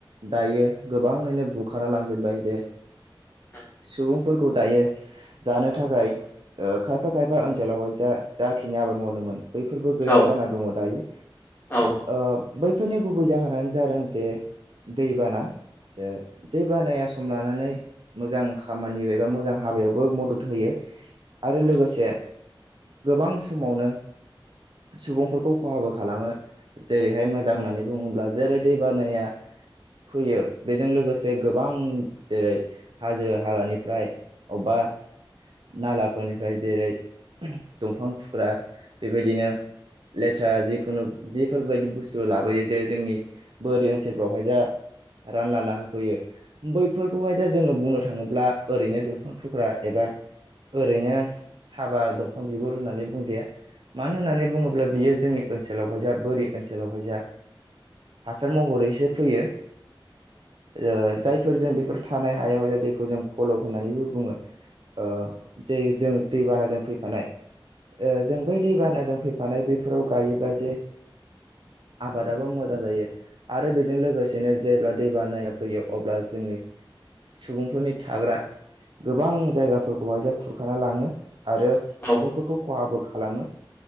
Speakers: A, on the right; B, on the left.
A: दायो गोबाङैनो बुखाराना लांजोबबाय जे
B: <inaudible>
A: सुबुंफोरखौ दायो जानो थाखाय ओ खायफा खायफा ओनसोलावहाय जा-जाखिनिया आबाद मावदोंमोन बैफोरबो गैया
B: औ
A: जाना दङ दायो
B: औ
A: ओ बै फोरनि गुबै जाहोनानो जादों जे दैबाना। ज दै बानाया सम लानानै मोजां खामानि एबा मोजां हाबायावबो मदद होयो। आरो लोगोसे गोबां समावनो सुबुंफोरखौ खहाबो खालामो जेरैहाय मोजां होननानै बुङोब्ला जेरै दैबानाया फैयो बेजों लोगोसे गोबां जेरै हाजो हालानिफ्राय अबबा नालाफोरनिफ्राय जेरै दंफां थुख्रा बेबायदिनो लेथ्रा जिखुनु जिफोरबायदि बुस्थु लाबोयो जे जोंनि बोरि ओनसोलफ्रावहाय जा रानलाना होफैयो बैफोरखौहाय जा जोङो बुंनो थाङोब्ला ओरैनो दंफां थुख्रा एबा ओरैनो साबा दंफां बिगुर होननानै बुंजाया। मानो होननानै बुङोब्ला बियो जोंनि ओनसोलावहाय जा बोरि ओनसोलावहाय जा हासार महरैसो फैयो। ओ जायफोर जों बेफोर थानाय हायाव हाय जायखौ जों फल' होननानैबो बुङो। ओ जे जों दैबानाजों फैफानाय ओ जों बै दैबानाजों फैफानाय बैफोराव गायोब्ला जे आबादाबो मोजां जायो आरो बेजों लोगोसेनो जेब्ला दै बानाया फैयो अब्ला जोंनि सुबुंफोरनि थाग्रा गोबां जायगाफोरखौहाय जे खुरखाना लाङो। आरो
B: औ
A: सुबुंफोरखौ खहाबो खालामो।